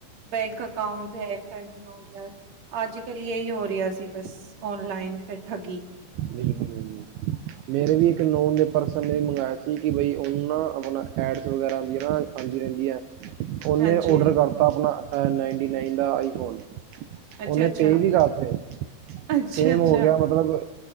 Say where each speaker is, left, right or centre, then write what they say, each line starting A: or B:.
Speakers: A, on the right (about 45°); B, on the right (about 75°).
A: ਬੈਂਕ ਅਕਾਊਂਟ। ਹੈਂਕ ਕਰਨੀ ਹੋ ਗਿਆ ਅੱਜ ਕੱਲ ਇਹੀ ਹੋ ਰਿਹਾ ਸੀ ਬਸ ਓਨਲਾਈਨ ਬੈ ਠਗੀ
B: ਬਿਲਕੁਲ ਬਿਲਕੁਲ। ਮੇਰੇ ਵੀ ਇੱਕ ਲੋਨ ਦੇ ਪਰਸਨ ਨੇ ਵੀ ਮੰਗਵਾਇਆ ਸੀ ਕਿ ਬਈ ਉਹ ਨੂੰ ਨਾ ਆਪਣਾ ਐਡਸ ਵਗੈਰਾ ਆਦੀ ਰਹਿੰਦੀ ਆ ਉਹਨੇ
A: ਹਾਂਜੀ
B: ਔਡਰ
A: ਹਾਂਜੀ
B: ਕਰਤਾ ਆਪਣਾ ਨਾਈਟੀ ਨਾਇਨ ਦਾ ਆਈਫੋਨ।
A: ਅੱਛਾ
B: ਉਹਨੇ
A: ਅੱਛਾ
B: ਪੇ ਵੀ ਕਰਤੇ
A: ਅੱਛਾ
B: ਸੇਮ
A: ਅੱਛਾ
B: ਹੋ ਗਿਆ ਮਤਲਬ